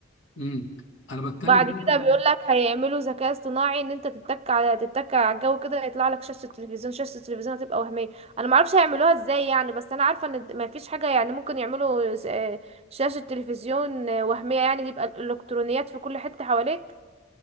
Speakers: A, on the left; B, on the right.
A: امم انا بتكلم
B: بعد
A: بقى
B: كده بيقول لك هيعملوا ذكاء اصطناعي ان انت تتك على تتك على الجو كده يطلع لك شاشه التلفزيون شاشه التلفزيون هتبقى وهميه انا ما اعرفش هيعملوها ازاي يعني بس انا عارفه ان ما فيش حاجه يعني ممكن يعملوا س- آه، شاشه تلفزيون آه، وهميه يعني دي يبقى الالكترونيات في كل حته حواليك